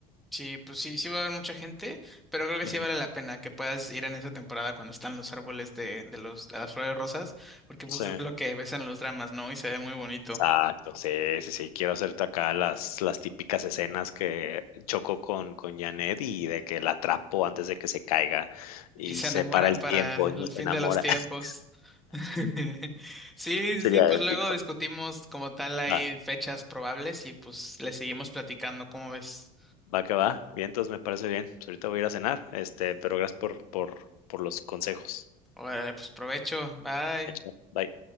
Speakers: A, in the centre; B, on the left.
A: Sí, pues sí, sí va a haber mucha gente, pero creo que
B: Ujú.
A: sí vale la pena que puedas ir en esa temporada cuando están los árboles de, de los, de las flores rosas, porque pues
B: Sí.
A: es lo que ves en los dramas, ¿no? Y se ve muy bonito.
B: Exacto, sí, sí, sí, quiero hacerte acá las, las típicas escenas que choco con, con Janet y de que la atrapo antes de que se caiga y
A: Y se
B: se
A: enamoran
B: para el
A: para
B: tiempo y
A: el
B: no se
A: fin
B: enamora.
A: de los tiempos.
B: <laughs>
A: <laughs> Sí, sí,
B: Sería
A: sí, pues
B: épico.
A: luego discutimos como tal ahí
B: Va,
A: fechas probables y pues le seguimos platicando, ¿cómo ves?
B: va que va. Bien, entonces me parece bien. Pues ahorita voy a ir a cenar, este, pero gracias por, por, por los consejos.
A: Órale, pues provecho, bye.
B: Hecho, Bye.